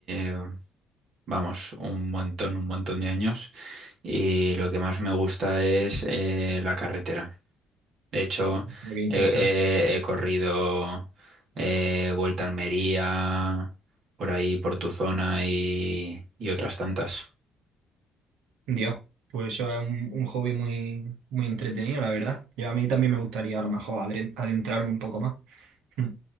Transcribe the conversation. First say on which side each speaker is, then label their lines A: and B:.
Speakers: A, on the right; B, on the right.
A: eh, vamos, un montón, un montón de años y lo que más me gusta es eh, la carretera. De hecho,
B: mira qué interesante.
A: he, he- he corrido eh, Vuelta a Almería, por ahí, por tu zona y, y otras tantas.
B: Dios, pues eso es un, un hobby muy, muy entretenido, la verdad. Yo a mí también me gustaría a lo mejor adre- adentrarme un poco más. Mm.